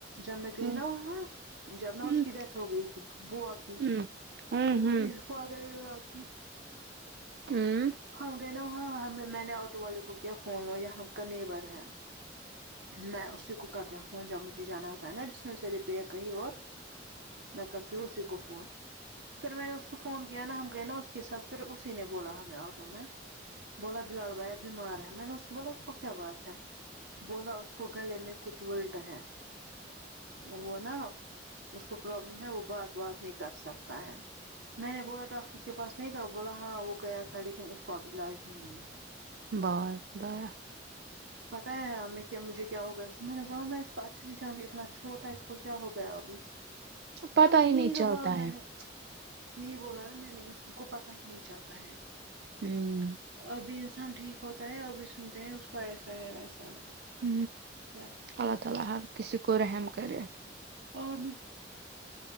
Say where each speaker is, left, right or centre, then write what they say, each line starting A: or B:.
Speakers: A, on the right; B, on the right.
A: جب میں گئی
B: ہوں
A: نا وہاں جب نہ
B: ہوں
A: اس کی ڈیتھ ہو گئی تھی بووا کی
B: ہوں ہوں
A: وہ
B: ہوں
A: ہے فدران لا کی
B: ہں
A: ہم گئے نا وہاں ہم میں نے آٹو والے کو کیا فون وہ یہ ہم کا نیبر ہے میں اسی کوکرتی ہوں فون جب مجھے جانا ہوتا ہے نا میں سحری پے کہی اور میں کرتی ہوں اسی کو فون پھر میں نے اس کو فون کیا نا ہم کہ نا اس کے ساتھ پھر اسی نے بولا ہمیں آٹو میں بولا بلال بھائی بیمار ہے میں نے اس کو بولا اس کو کیا بات ہے بولا اس کو گلے میں کچھ الٹ ہیں وہ نا اسکو پرابلم ہے وہ بات بات نہیں کر سکتا ہے میں نے بولا ڈاکٹر کے پاس نہیں تھا بولا ہاں وہ گیا تھا لیک لن اس کو اب علاج ہی نہیں ہے
B: باائے خدایا
A: پتایا ہے ہمیں کیا مجھے کیا ہوگیا اس میں نے بولا م میں اس کو اچھے سے جان اتنا چھوٹا اس کو کیا ہو گیا ابھی
B: پتہ
A: سب
B: ہی نہیں
A: یہی تو
B: چلتا
A: بولا میں
B: ہے
A: نے یہی بولا ن میں نے ان سب کو پتا ہی نہیں چلتا ہے
B: ہں
A: ابھی انسان ٹھیک ہوتا ہے ابھی سنتے ہیں اس کو ایسا ہے ویسا ہے
B: ہ
A: کیا کریں
B: اللہ تعالی ہر کسی کو رحم کرے
A: اورام